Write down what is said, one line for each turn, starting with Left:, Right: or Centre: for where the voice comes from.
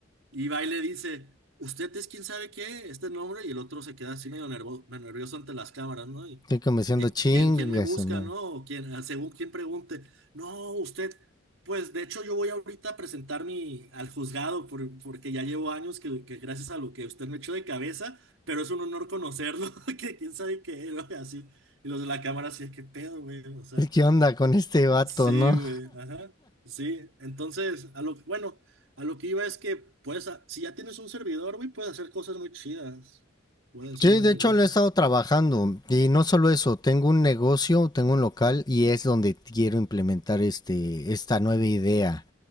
Right: y va y le dice, usted es quién sabe qué, este nombre, y el otro se queda así medio nervo- nervioso ante las cámaras, ¿no? Y,
Left: Estoy comenzando
Right: eh,
Left: chingas,
Right: ¿quién, quién me busca,
Left: man.
Right: no? O quién, ah, según quién pregunte, no, usted, pues de hecho yo voy ahorita a presentar mi, al juzgado, por- porque ya llevo años que, que gracias a lo que usted me echó de cabeza, pero es un honor conocerlo, <laughs> que quién sabe qué, ¿no? Y Así, y los de la cámara así, qué pedo, güey, o sea.
Left: ¿Qué onda con este vato,
Right: Sí,
Left: no?
Right: güey, ajá, sí. Entonces, a lo, bueno, a lo que iba es que, puedes, ha- si ya tienes un servidor, güey, puedes hacer cosas muy chidas. Pueden ser
Left: Sí,
Right: un buen
Left: de
Right: negocio.
Left: hecho lo he estado trabajando y no solo eso, tengo un negocio, tengo un local y es donde quiero implementar este, esta nueva idea.